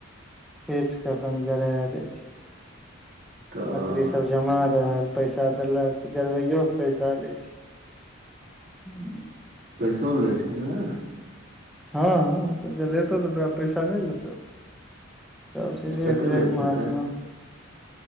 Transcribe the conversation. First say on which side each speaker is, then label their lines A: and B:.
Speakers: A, in the centre; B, on the right.
A: हज करत जरा दै छैय।
B: तऽ
A: लकड़ीसभ जमा रहल पैसा देलक जरबैओ क पैसा लै छैय। हूँ
B: पैसो लै छैय ने?
A: हँ तऽ जलेतो तऽ तोरा पैसा नहि लेतौ। सब छैय
B: कते
A: एक से
B: लैत
A: एक महात्मा।
B: हेतै